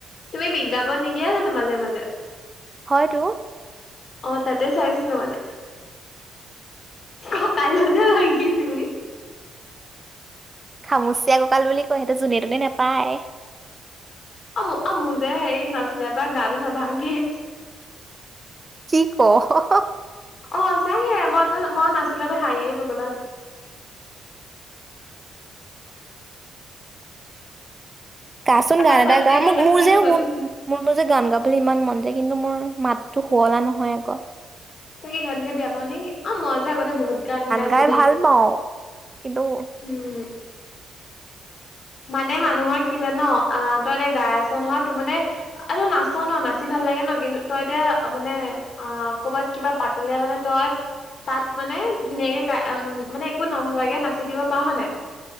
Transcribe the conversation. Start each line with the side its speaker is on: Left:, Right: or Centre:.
Left: তুমি বিজ্ঞাপন নিদিয়া জানোঁ মাজে, মাজে?
Right: হয়তো।
Left: অ', তাতে চাইছিলোঁ মানে। অ', কাইলৈ যে, <unintelligible>
Right: খামুচিয়া ককাল বুলি কয়, সেইটো যোনে তোনে নেপায়।
Left: অ', অ', মোৰ যে, এই নাচোতে গাটো নাভাঙেই।
Right: কি কৱ?
Left: অ', সচাঁকে মই, মই নাছিলে তই হাঁহি, হাঁহি পগলা হৈ‌ যা
Right: গাচোন
Left: আমাৰ
Right: গান এটা
Left: ভন্টিয়ে
Right: গা,
Left: মই
Right: মোৰ,
Left: নাচিলে
Right: মোৰ যে,
Left: ওচৰতে
Right: শুন মোৰ যে, গান গাবলৈ ইমান মন যায়। কিন্তু মোৰ মাততো শুৱলা নহয় আকৌ।
Left: তই কি গান গাই বেয়া পাওঁ নেকি? অ', মই যে, আগতে বহুত গান গাইছোঁ
Right: গাই
Left: দেই।
Right: ভাল পাওঁ কিন্তু
Left: উম
Right: <inaudible>
Left: মানে মানুহৰ কি জান, আ তই এতিয়া গাই আছ নহয়, তোৰ মানে, আও তই নাচ ন, নাচি ভাল লাগে ন কিন্তু তই এতিয়া মানে অহ ক'বাত কিবা পাতিলে মানে তই। তাত মানে ধুনীয়াকে গাই উ মানে একো নভবাকে নাচি দিব পাৰ হয় নাই?